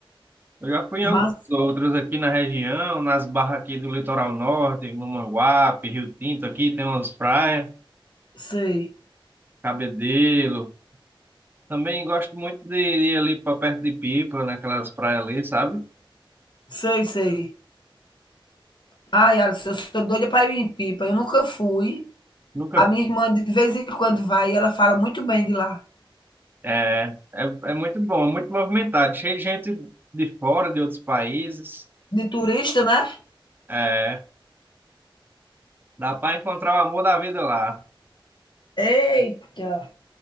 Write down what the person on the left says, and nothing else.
Mas
sei,
sei, sei. Ai, Alisson, eu sou doida para ir em Pipa. Eu nunca fui.
A minha irmã de vez em quando vai e ela fala muito bem de lá.
De turista, né?
Eita!